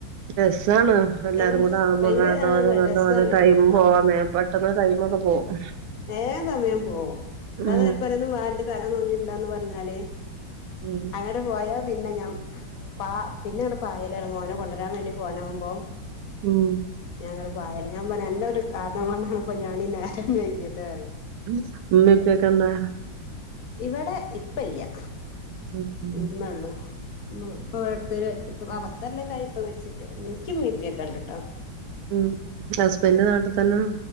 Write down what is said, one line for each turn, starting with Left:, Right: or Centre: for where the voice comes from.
Right: എസ് അതാണ് എല്ലാരും
Left: ആഹ്
Right: കൂടെ ആവുമ്പോ
Left: ഭയങ്കര
Right: ഒന്ന് ആണ്ട്
Left: ആഹ്
Right: പോവലും ഇങ്ങണ്ട്
Left: രസാണ്
Right: പോവലും ടൈം
Left: അപ്പൊ
Right: പോവാൻ മേ പെട്ടെന്ന് ടൈമ ഒക്കെ പോകും..
Left: വേം സമയം പോവും <unintelligible>
Right: ഉം.
Left: ഇന്റെ തല നോക്ക്യണ്ടാന്ന് പറഞ്ഞാല്
Right: ഉം.
Left: അങ്ങന പോയാ പിന്നെ, ഞാൻ പ പിന്നെ അങ്ങ് പായലാണ് മോനെ കൊണ്ടരാൻ വേണ്ടി പോവാനാവുബോ.
Right: ഉം.
Left: ഞങ്ങള് പായലാ ഞാൻ പറിം അന്റെ ഒരു കാരണം കൊണ്ടാണ് ഇപ്പോ ഞാനീ നേരം വൈകിയത് പറയും
Right: ഇമ്മി ഇപ്പിം ഒക്കെ ണ്ടാ
Left: ഇവിടെ ഇപ്പല്യാ,
Right: ഉം.
Left: ഇമ്മള്ളു. ഇപ്പവടെ അടുത്തൊര് എട്ട് പത്ത് കൊല്ലം ക്കെ ആയി ഇപ്പ മരിച്ചിട്ട് ഇൻക്ക് ഇമ്മീം ഇപ്പീം ഒക്കെ ണ്ട് ട്ടൊ
Right: ഉം, ഹസ്ബന്റ് നാട്ട്തന്നെ.